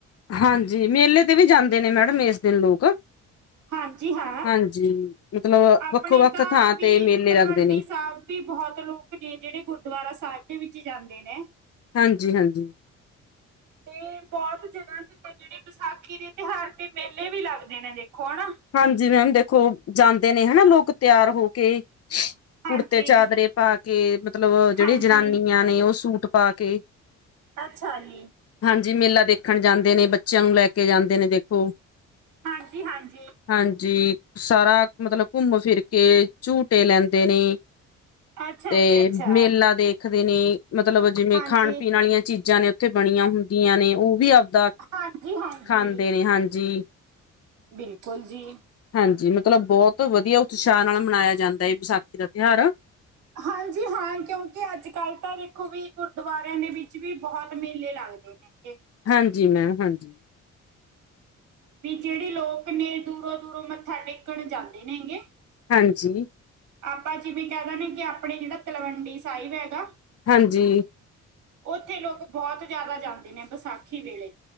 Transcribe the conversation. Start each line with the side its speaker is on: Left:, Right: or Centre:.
Left: ਹਾਂਜੀ ਮੇਲੇ ਤੇ ਵੀ ਜਾਂਦੇ ਨੇ ਮੈਡਮ ਇਸ ਦਿਨ ਲੋਕ।
Right: ਹਾਂਜੀ ਹਾਂ।
Left: ਹਾਂਜੀ ਮਤਲਬ
Right: ਆਪਣੇ
Left: ਵੱਖੋ ਵੱਖ
Right: ਤਾਂ
Left: ਥਾਂ
Right: ਵੀ
Left: ਤੇ ਮੇਲੇ
Right: ਤਲਵੰਡੀ
Left: ਲੱਗਦੇ ਨੇ
Right: ਸਾਹਿਬ ਵੀ ਬਹੁਤ ਲੋਕ ਨੇ ਜਿਹੜੇ ਗੁਰਦੁਆਰਾ ਸਾਹਿਬ। ਦੇ ਵਿੱਚ ਜਾਂਦੇ ਨੇ
Left: ਹਾਂਜੀ, ਹਾਂਜੀ।
Right: ਤੇ ਬਹੁਤ। ਤਾ ਹੀ ਨੇ ਜਿਹੜੇ ਵਿਸਾਖੀ ਦੇ ਤਿਉਹਾਰ ਤੇ ਮੇਲੇ ਵੀ ਲੱਗਦੇ ਨੇ ਦੇਖੋ ਹਨਾ?
Left: ਹਾਂਜੀ ਮੈਮ ਦੇਖੋ ਜਾਂਦੇ ਨੇ ਹਨਾ, ਲੋਕ ਤਿਆਰ ਹੋ ਕੇ।
Right: ਹਾਂਜੀ
Left: ਕੁੜਤੇ ਚਾਦਰੇ ਪਾ ਕੇ ਮਤਲਬ ਜਿਹੜੇ
Right: ਹਾਂਜੀ
Left: ਜਨਾਨੀਆਂ ਨੇ ਉਹ ਸੂਟ ਪਾ ਕੇ।
Right: ਅੱਛਾ ਜੀ।
Left: ਜੀ ਮੇਲਾ ਦੇਖਣ ਜਾਂਦੇ ਨੇ ਬੱਚਿਆਂ ਨੂੰ ਲੈ ਕੇ ਜਾਂਦੇ ਨੇ ਦੇਖੋ।
Right: ਹਾਂਜੀ-ਹਾਂਜੀ।
Left: ਹਾਂਜੀ, ਸਾਰਾ ਮਤਲਬ ਘੁੰਮ ਫਿਰ ਕੇ ਝੂਟੇ ਲੈਂਦੇ ਨੇ।
Right: ਅੱਛਾ
Left: ਤੇ
Right: ਜੀ ਅੱਛਾ
Left: ਮੇਲਾ ਦੇਖਦੇ ਨੇ, ਮਤਲਬ ਜਿਵੇਂ
Right: ਹਾਂਜੀ
Left: ਖਾਣ ਪੀਣ ਵਾਲੀਆਂ ਚੀਜ਼ਾਂ ਨੇ। ਉੱਥੇ ਬਣੀਆਂ ਹੁੰਦੀਆਂ, ਨੇ ਉਹ ਵੀ ਆਪਦਾ
Right: ਹਾਂਜੀ ਹਾਂਜੀ
Left: ਖਾਂਦੇ ਨੇ ਹਾਂਜੀ।
Right: ਬਿਲਕੁਲ ਜੀ।
Left: ਹਾਂਜੀ, ਮਤਲਬ ਬਹੁਤ ਵਧੀਆ ਉਤਸ਼ਾਹ ਨਾਲ ਮਨਾਇਆ ਜਾਂਦਾ ਹੈ, ਵਿਸਾਖੀ ਦਾ ਤਿਉਹਾਰ।
Right: ਹਾਂਜੀ ਹਾਂ, ਕਿਉਂਕਿ ਅੱਜ ਕੱਲ ਤਾਂ ਦੇਖੋ ਵੀ ਗੁਰਦੁਆਰਿਆਂ ਦੇ ਵਿੱਚ ਵੀ ਬਹੁਤ ਮੇਲੇ ਲੱਗਦੇ। ਲੱਗੇ ਨੇ।
Left: ਹਾਂਜੀ, ਮੈਂਮ ਹਾਂਜੀ।
Right: ਵੀ ਜਿਹੜੇ ਲੋਕ ਨੇ ਦੂਰੋਂ-ਦੂਰੋਂ ਮੱਥਾ ਟੇਕਣ ਜਾਂਦੇ ਨੇ ਗੇ।
Left: ਹਾਂਜੀ।
Right: ਆਪਾਂ ਜਿਵੇਂ ਕਹਿ ਦੇ ਨੇ ਕਿ ਆਪਣੇ ਜਿਹੜਾ ਤਲਵੰਡੀ ਸਾਹਿਬ ਹੈਗਾ।
Left: ਹਾਂਜੀ।
Right: ਉੱਥੇ ਲੋਕ ਬਹੁਤ ਜ਼ਿਆਦਾ ਜਾਂਦੇ ਨੇ ਵਿਸਾਖੀ ਵੇਲੇ।